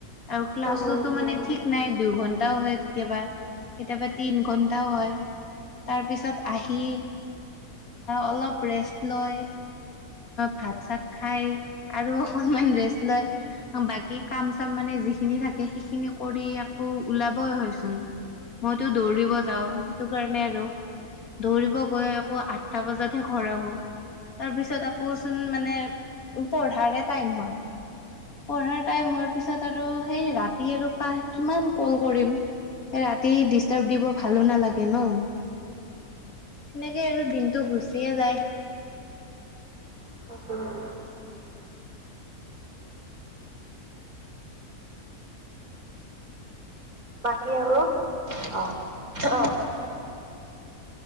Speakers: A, on the left (about 65°); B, on the right (about 65°).
A: আৰু ক্লাছো
B: উম,
A: মানে
B: উম,
A: ঠিক নাই দুইঘন্টাও হয় কেতিয়াবা কেতিয়াবা তিন ঘণ্টাও হয়। তাৰপিছত আহি, অলপ ৰেষ্ট লয় ভাত চাত, খাই আৰু অকণমান ৰেষ্ট লয় বাকী কাম চাম মানে যিখিনি থাকে সেইখিনি কৰি আকৌ ওলাবই হয়চোন মইতো দৌৰিব যাওঁ সেইটো কাৰণে আৰু দৌৰিব গৈ আকৌ আঠটা বজাতহে ঘৰ আহো তাৰপিছত আকৌচোন মানে পঢ়াৰে টাইম হয় পঢ়াৰ টাইম হোৱাৰ পিছত আৰু সেই ৰাতি আৰু কাহ কিমান কল কৰিম ৰাতি ডিষ্টাৰ্ব দিব
B: অ।
A: ভালো নালাগে ন সেনেকে আৰু দিনতটো গুচিয়ে যায়
B: অঁ বাকী আৰু অঁ অঁ